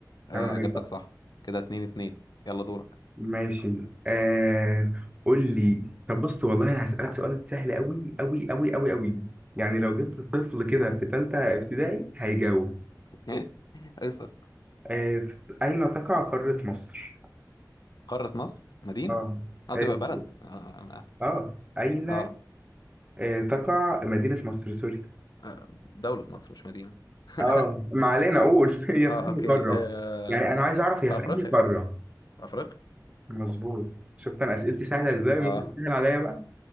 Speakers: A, on the left (about 70°); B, on the right (about 20°).
A: آه،
B: عيب عليك
A: اجابتك
B: بقى
A: صح كده اتنين اتنين يلا دورك
B: ماشي آه قول لي طب بص والله انا هسألك سؤال سهل قوي قوي قوي قوي قوي يعني لو جبت طفل كده في ثالثة ابتدائي هيجاوب
A: <laughs> ايسر
B: آه في- اين تقع قارة مصر
A: قارة مصر مدينة
B: اه
A: قصدي
B: اه
A: بقى بلد اه
B: آه. أين
A: آه.
B: آه، تقع مدينة مصر سوري
A: آه، دولة مصر مش مدينة <laughs>
B: اه ما علينا اقول <laughs> هي
A: اه
B: في انهي
A: اوكي
B: قارة
A: آه.
B: يعني انا عايز اعرف
A: في
B: هي في
A: افريقيا
B: انهي قارة
A: في افريقيا
B: مظبوط شفت انا اسئلتي سهلة ازاي
A: اه
B: ممكن تسهل عليا بقى